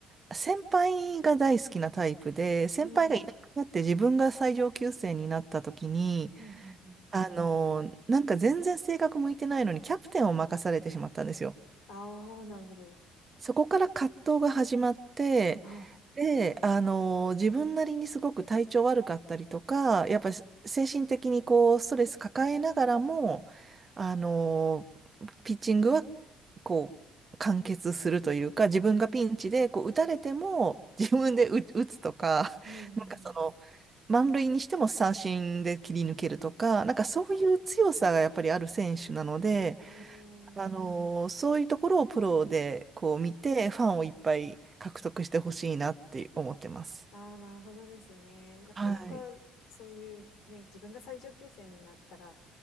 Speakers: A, on the right; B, on the left.
A: う、先輩が大好きなタイプで、先輩がいなくなって自分が最上級生になった時に、
B: うん。うんうんうん。
A: あの、なんか全然性格向いてないのにキャプテンを任されてしまったんですよ。
B: ああ、なるほど。
A: そこから葛藤が始まって、
B: ああ、
A: で、あの自分なりにすごく体調悪かったりとか、やっぱり精神的にこう、ストレス抱えながらも、あのピッチングは、こう、完結するというか、自分がピンチで、こう、打たれても、自分で打、打つとか、
B: うんうんうん。
A: <laughs> なんかその、満塁にしても三振で切り抜けるとか、なんかそういう強さがやっぱりある選手なので、
B: うんうんうん。
A: あのーそういうところをプロでこう見て、
B: うーん。
A: ファンをいっぱい獲得してほしいなって思ってます。
B: ああ、なるほどですね。なかなか
A: はい。
B: そういうね、自分が最上級生になったら